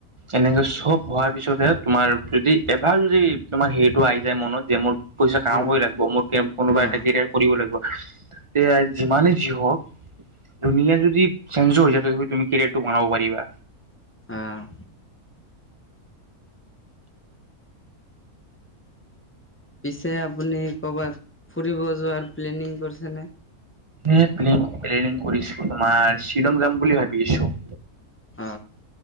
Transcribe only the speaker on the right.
এনেকে চব হোৱাৰ
পিছতহে তোমাৰ। যদি এবাৰ যদি তোমাৰ হেইটো আহি যায় মনত যে মোৰ। কেমাবই
লাগিব মোৰ কে কোনোবা
এটা কেৰিয়াৰ কৰিব লাগিব এয়া যিমানে যি হক। ধুনীয়া যদি চেঞ্জ হৈ যায় তথাপ তুমি কেৰিয়াৰটো বনাব পাৰিবা।
এ পেলেইং পেলেনিং কৰিছো তোমাৰ শ্বিলং যাম বুলি ভাবি আছো।